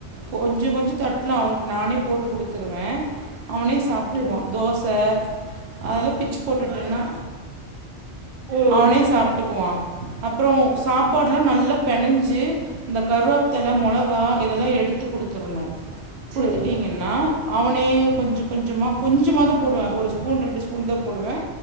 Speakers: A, on the right; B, on the right.
A: கொஞ்சொ கொஞ்சொ தட்டுல அவனுக்கு நானே போட்டு குடுத்துருவே அவனே சாப்ட்டுக்குவா
B: செரி
A: தோச அதெல்லா பிச்சி போட்டுட்டேன்னா
B: ம்
A: அவனே சாப்ட்டுக்குவா அப்றோ சாப்பாடுல்லா நல்லா பெனஞ்சி இந்த கருவேப்த்தல மொளகா இதெல்லா எடுத் து குடுத்துறுணு குடுத்துட்டீங்கன்னா
B: செரி
A: அவனே கொஞ்ச கொஞ்சமா கொஞ்சமா தா போடுவே ஒரு ஸ்பூன் ரெண்டு ஸ்பூன் தா போடுவே